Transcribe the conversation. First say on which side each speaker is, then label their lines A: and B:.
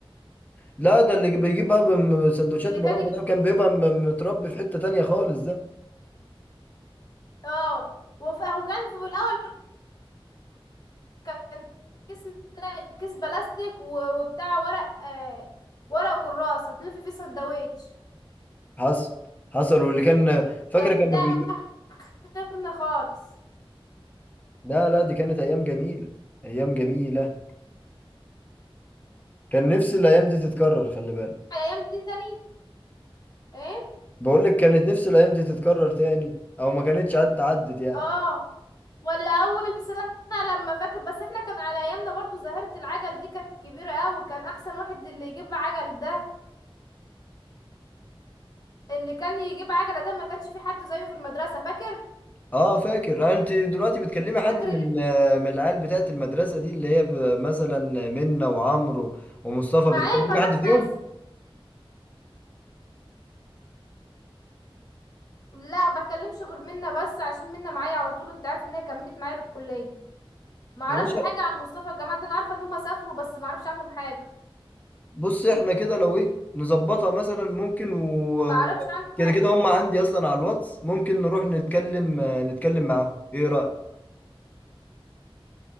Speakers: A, on the left; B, on the left.
A: لا ده اللي بيجيب بقى بم- سندوتشات
B: اللي
A: مربى
B: كان يجيب
A: ده كان بيبقى م- متربي في حتة تانية خالص ده
B: اه وف- وكان في الاول كان كيس لا، كيس بلاستيك و- وبتاع ورق آه ورق كراس هتلف فيه سندوتش
A: حصل حصل واللي كان فاكر
B: كان
A: كانوا
B: ده
A: بي...
B: اخرنا خالص
A: لا لا دي كانت ايام جميله ايام جميله كان نفسي الايام دي تتكرر خلي بالك
B: على الايام دي تاني ايه
A: بقول لك كانت نفسي الايام دي تتكرر تاني او ما كانتش عدت عدت يعني
B: اه ولا اول سنه لما فاكر بس احنا كان على ايامنا برضو ظاهره العجل دي كانت كبيره قوي كان احسن واحد اللي يجيب عجل ده اللي كان يجيب عجله ده ما كانش في حد زيه في المدرسه فاكر
A: اه فاكر آه، انت دلوقتي بتكلمي حد
B: فاكر
A: من
B: ال-
A: آه، من العيال بتاعت المدرسه دي اللي هي ب- مثلا منة وعمرو ومصطفى
B: معايا
A: بتكلمي
B: البنات
A: حد فيهم
B: بس لا بكلمش غير منا بس عشان منا معايا على طول انت عارف ان هي كملت معايا للكليه ما اعرفش
A: يا باشا
B: حاجه عن مصطفى الجماعه ده انا عارفه ان هم سافروا بس ما اعرفش عنهم حاجه
A: بص احنا كده لو ايه نظبطها مثلا ممكن و...
B: ما
A: و...
B: اعرفش عنهم
A: كده
B: حاجه
A: كده هم عندي اصلا على الواتس ممكن نروح نتكلم آه، نتكلم معاهم ايه رايك